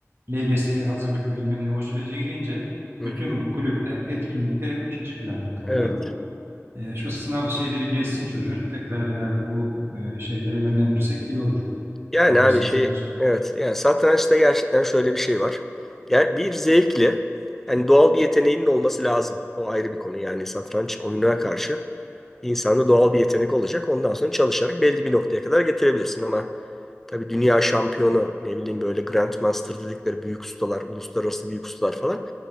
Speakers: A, on the right; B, in the centre.
A: LGS'ye hazırlıklı bilmem ne o sürece girince
B: hı
A: bütün
B: hı.
A: bu kulüpler, etkinlikler hep ikinci planda kalıyor.
B: Evet.
A: E, şu sınav şeyi de bir geçsin çocuğun. Tekrar herhalde bu e, şeylere yönlendirirsek iyi olur.
B: Yani
A: E,
B: abi
A: satranç.
B: şey evet yani satrançta gerçekten şöyle bir şey var. Yani bir zevkli, yani doğal bir yeteneğinin olması lazım. O ayrı bir konu yani satranç oyununa karşı insanda doğal bir yetenek olacak. Ondan sonra çalışarak belli bir noktaya kadar getirebilirsin ama Tabii dünya şampiyonu ne bileyim böyle Grandmaster dedikleri büyük ustalar, uluslararası büyük ustalar falan.